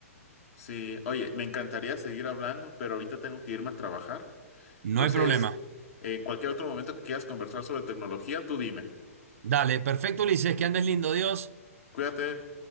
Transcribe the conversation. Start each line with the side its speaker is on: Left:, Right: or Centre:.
Left: Sí, oye, me encantaría seguir hablando, pero ahorita tengo que irme a trabajar.
Right: No
Left: Entonces,
Right: hay problema.
Left: en cualquier otro momento que quieras conversar sobre tecnología, tú dime.
Right: Dale, perfecto, Ulises, que andes lindo, Dios.
Left: Cuídate.